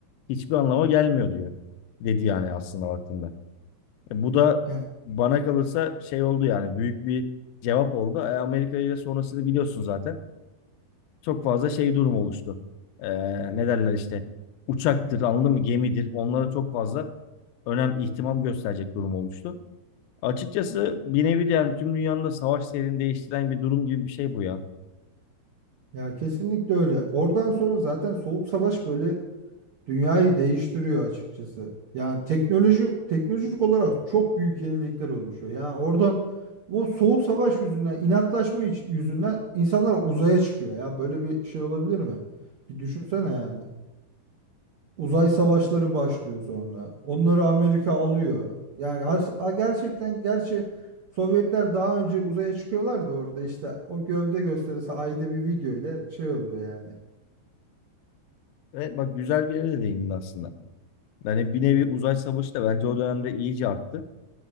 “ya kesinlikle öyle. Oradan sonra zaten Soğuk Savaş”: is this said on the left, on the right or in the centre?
Right